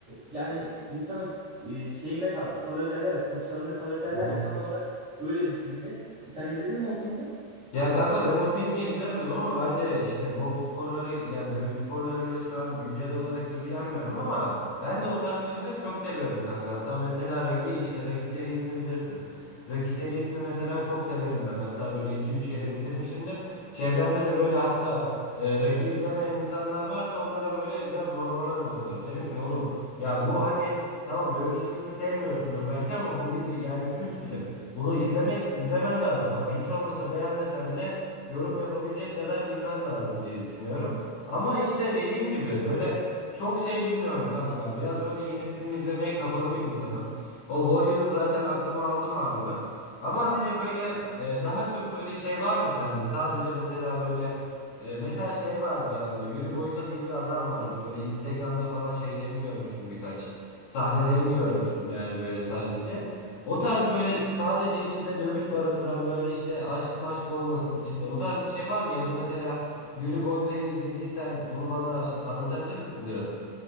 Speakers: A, on the right; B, on the left.
A: yani insanın e, şeyinde kal- kalır derler ya, kursağında kalır derler
B: Hı hı.
A: ya tam olarak öyle bir filmde. Sen izledin mi o filmi?
B: Ya kanka ben o filmi izlemedim ama ben de işte boks sporları yani dövüş sporlarıyla şu an güncel olarak ilgilenmiyorum ama ben de o tarz filmleri çok seviyorum kanka. Hatta mesela Rocky işte Rocky serisini bilirsin. Rocky serisini mesela çok severim ben. Hatta böyle iki üç kere bitirmişimdir. Çevremde de böyle hatta e, Rocky izlemeyen insanlar varsa onlara böyle biraz zorbalarım onları. Derim ki oğlum ya bu hani tamam dövüş filmi sevmiyorsundur belki ama bu bir yani kült film. Bunu izlemek izlemen lazım abi. Hiç olmasa beğenmesen bile yorum yapabilecek kadar bilmen lazım diye düşünüyorum. Ama işte dediğim gibi böyle çok şey bilmiyorum kanka ben. Biraz böyle yeni film izlemeye kapalı bir insanım. O Warrior'ı zaten aklıma aldım abi ben. Ama hani böyle e, daha çok böyle şey var mı sende? Sadece mesela böyle e, mesela şey vardı galiba. Yuri Boyka diye bir adam vardı. Böyle Instagram'da falan şeylerini görmüştüm birkaç. Sahnelerini görmüştüm yani böyle sadece. O tarz böyle sadece içinde dövüş barındıran böyle işte aşk maşk olmasın içinde. O tarz bir şey var mı? Ya da mesela Yuri Boyka'yı izlediysen onu bana anlatabilir misin biraz?